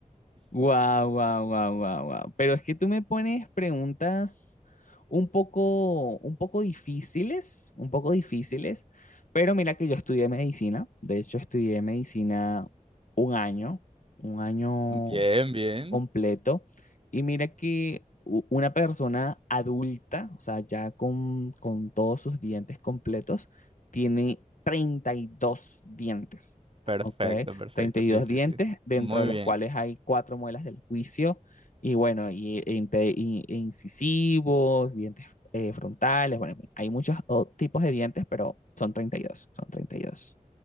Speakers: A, on the left (about 65°); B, on the right (about 40°).
A: Wow, wow, wow, wow, wow. Pero es que tú me pones preguntas un poco, un poco difíciles, un poco difíciles. Pero mira que yo estudié medicina. De hecho, estudié medicina un año, un año
B: Bien, bien.
A: completo. Y mira que u- una persona adulta, o sea, ya con, con todos sus dientes completos, tiene 32 dientes,
B: Perfecto,
A: ¿ok?
B: perfecto.
A: treinta y
B: Sí,
A: dos
B: sí,
A: dientes,
B: sí.
A: dentro
B: Muy
A: de los
B: bien.
A: cuales hay cuatro muelas del juicio, y bueno, y, e inte- y- e incisivos, dientes eh, frontales, bueno, en fin, hay muchos oh, tipos de dientes, pero son treinta y dos son treinta y dos